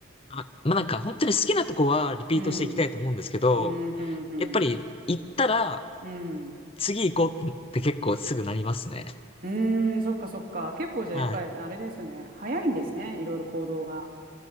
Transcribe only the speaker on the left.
あ、まあ、なんか本当に好きなとこはリピートしていきたいと思うんですけど、
やっぱり行ったら
次行こうって結構すぐなりますね。
はい。